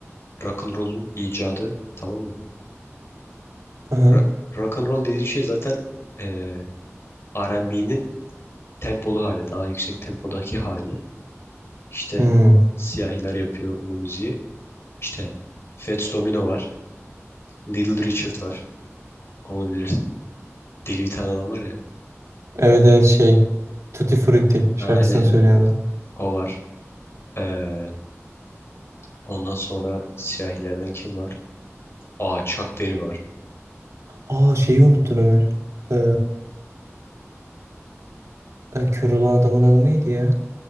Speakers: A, on the left; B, on the right.
A: Rock and roll'un icadı. Tamam mı?
B: Aha.
A: Ra rock and roll dediğin şey zaten eee R&B'nin tempolu hali, daha yüksek tempodaki hali. İşte
B: Hmm.
A: siyahiler yapıyor bu müziği. İşte Fats Domino var. Little Richard var. Onu bilirsin. Deli bir tane adam var ya.
B: Evet evet şey. Tutti Frutti şarkısını
A: Ha, Aynen aynen.
B: söyleyen adam.
A: O var. Ee, ondan sonra siyahilerden kim var? Aa Chuck Berry var.
B: Aa şeyi unuttun Ömer. Ee, e, kör olan adamın adı neydi ya?